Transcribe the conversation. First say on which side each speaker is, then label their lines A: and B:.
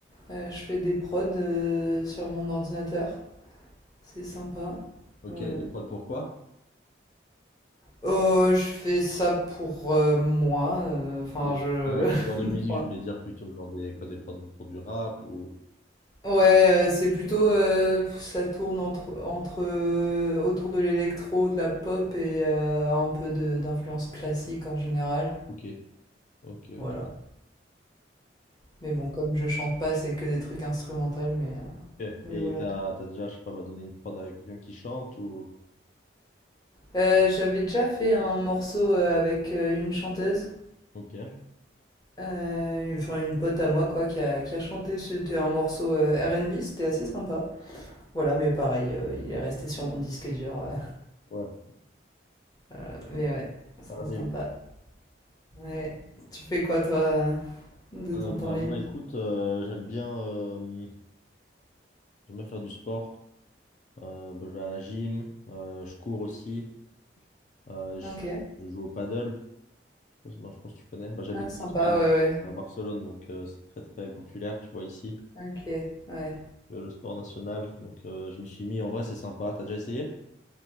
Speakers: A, on the left; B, on the left.
A: Euh, je fais des prods euh, sur mon ordinateur. C'est sympa.
B: Ok,
A: Voilà.
B: des prods pour quoi?
A: Oh, je fais ça pour euh, moi. euh, Enfin,
B: Ok.
A: je.
B: Non, mais
A: <laughs>
B: quel genre de musique je voulais dire plutôt, genre des quoi, des prods pour du rap ou...
A: Ouais, euh, c'est plutôt. euh, ça tourne entre, entre, euh, autour de l'électro, de la pop et euh, un peu de- d'influence classique en général.
B: Ok, ok, ok.
A: Voilà. Mais bon, comme je chante pas, c'est que des trucs instrumentaux, mais, euh,
B: ok.
A: mais
B: Et
A: voilà.
B: t'as t'as déjà, je sais pas, bah, donné une prod avec quelqu'un qui chante ou...
A: Euh, j'avais déjà fait un morceau euh, avec euh, une chanteuse,
B: Ok,
A: euh, enfin une pote à moi, quoi, qui a, qui a chanté. C'était un morceau euh, R&B, c'était assez sympa. Voilà, mais pareil, euh, il est resté sur mon disque dur. euh.
B: ouais,
A: <laughs> Mais ouais,
B: ça
A: c'est
B: arrive.
A: sympa. Ouais. Tu fais quoi, toi, euh, de
B: Euh,
A: ton
B: bah
A: temps libre?
B: moi, écoute, euh, j'aime bien, euh, j'aime bien faire du sport. Euh, bah, je vais à la gym, euh, je cours aussi, euh, je,
A: Ok.
B: je joue au paddle. Je je pense que tu connais. Bah, j'habite
A: Ah, sympa,
B: en Espagne,
A: ouais,
B: à Barcelone, donc euh, c'est très très populaire, tu vois, ici,
A: ouais. Ok, ouais.
B: euh, le sport national. Donc euh, je m'y suis mis. En vrai, c'est sympa. T'as déjà essayé?